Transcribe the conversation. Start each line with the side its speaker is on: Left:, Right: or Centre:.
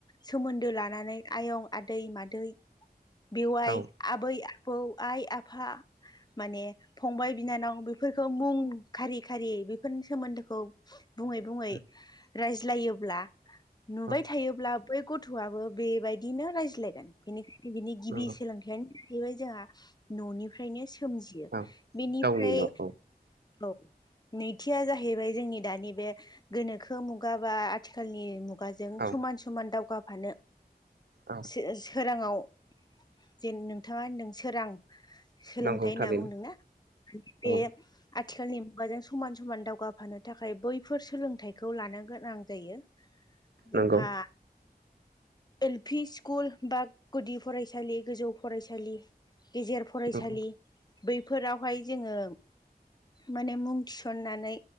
Left: सोमोन्दो लानानै आयं आदै मादै बेवाइ
Right: औ
Left: आबै आबौ आइ आफा माने फंबाय बिनानाव बेफोरखौ मुं खारि खारि बेफोरनि सोमोन्दोखौ बुङै बुङै
Right: <inaudible>
Left: रायज्लायोब्ला नुबाय
Right: औ
Left: थायोब्ला बै गथ'आबो बे बाय दिनो रायज्लायगोन बेनिखायनो बिनि गिबि
Right: नंगौ
Left: सोलोंथाइयानो जाहैबाय जोंहा न'निफ्रायनो सोमजियो
Right: औ
Left: बेनिफ्राय
Right: गावनि न'खौ
Left: औ नैथिया जाहैबाय जोंनि दानि बे गोनोखो मुगा बा आथिखालनि मुगाजों
Right: औ
Left: समान समान दावगाफानो
Right: औ
Left: सो सोराङाव जेन नोंथाङा होनदों सोरां सोलोंथाइ
Right: नंगौ
Left: होनना
Right: थारैनो
Left: बुंदोंना माने बे
Right: औ
Left: आथिखालनि मुगाजों समान समान दावगाफानो थाखाय बैफोर सोलों थाइखौ लानो गोनां जायो जोंहा
Right: नंगौ
Left: एल पि स्कुल बा गुदि फरायसालि गोजौ फरायसालि गेजेर फरायसालि
Right: नंगौ
Left: बैफोरावहाय जोङो माने मुं थिसननानै